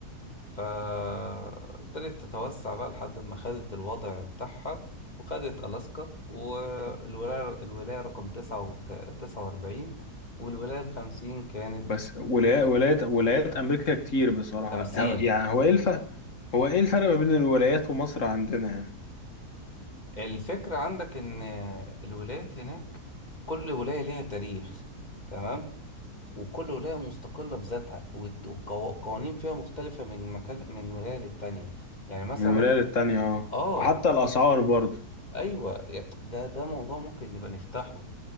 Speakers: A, on the left; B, on the left.
A: فابتدت تتوسع بقى لحد ما خدت الوضع بتاعها وخدت ألاسكا والولاية الولاية رقم تسعة وت- تسعة وأربعين والولاية الخمسين كانت
B: بس ولايات ولايات ولايات امريكا كتير بصراحه
A: خمسين
B: ه- يعني هو ايه الفرق هو ايه الفرق ما بين الولايات ومصر عندنا يعني
A: الفكرة عندك إن الولايات هناك كل ولاية ليها تاريخ تمام وكل ولاية مستقلة بذاتها والت- والقوا- والقوانين فيها مختلفة من مكان من ولاية للتانية يعني مثلا
B: من ولايه للتانيه اه
A: اه
B: وحتى الاسعار برضه
A: ايوه يا- ده ده موضوع ممكن نبقى نفتحه